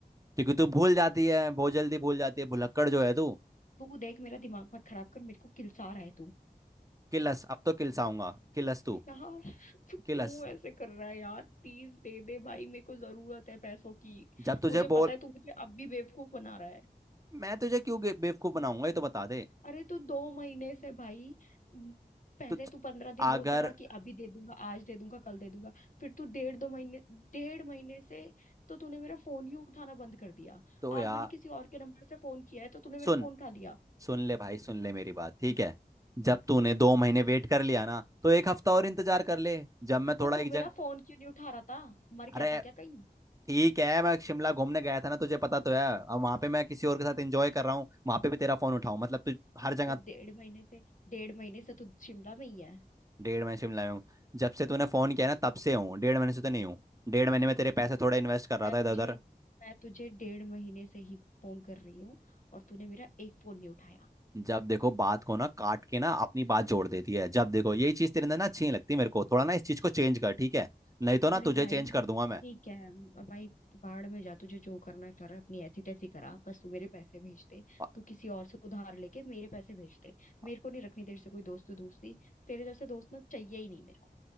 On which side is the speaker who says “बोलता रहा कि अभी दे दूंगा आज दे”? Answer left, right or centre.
Left